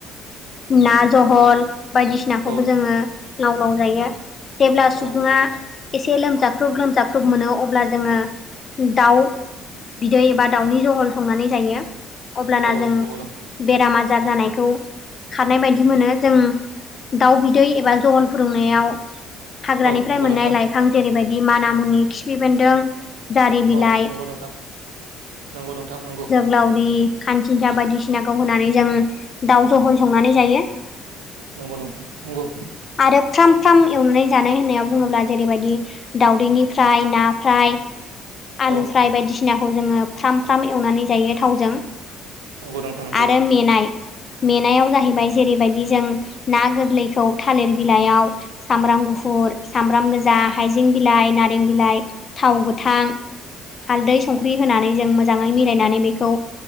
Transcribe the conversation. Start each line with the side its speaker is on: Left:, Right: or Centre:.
Left: ना जहल
Right: औ
Left: बायदिसिनाखौबो
Right: औ
Left: जोंङो। लाव लाव जायो जेब्ला सुबुंङा
Right: औ नंगौ नोंथां
Left: एसे लोमजाख्रुब लोमजाख्रुब मोनो अब्ला जोंङो दाउ बिदै एबा दाउनि जहल संनानै जायो अब्लाना
Right: औ
Left: जों
Right: नंगौ नों
Left: बेराम जा जानायखौ खारनाय बायदि मोनो जों दाउ बिदै एबा जहल फुदुंनायाव हाग्रानिफ्राय
Right: औ नंगौ
Left: मोननाय
Right: नोंथां
Left: लाइफां जेरैबायदि माना मुनि खिफि बेन्दों जारि बिलाइ
Right: औ नंगौ नोंथां नंगौ नोंथां नंगौ
Left: जोहोलावरि खांसिनसा बायदिसिनाखौ होनानै जों दाउ जहल संनानै जायो।
Right: नंगौ नंगौ
Left: आरो फ्राम फ्राम एवनानै जानाय होननायाव बुंङोब्ला जेरैबायदि दाउदैनिफ्राय ना फ्राय आलु
Right: औ
Left: फ्राय बायदिसिनाखौ जोंङो फ्राम फ्राम एवनानै जायो थावजों
Right: नंगौ नोंथां नंगौ
Left: आरो मेनाय मेनायाव जाहैबाय जेरैबायदि जों ना गोरलैखौ थालिर बिलाइयाव सामब्राम गुफुर सामब्राम गोजा हाइजें बिलाइ नारें बिलाइ थाव गोथां हालदै संख्रि होनानै जों मोजांङै मिलायनानै बेखौ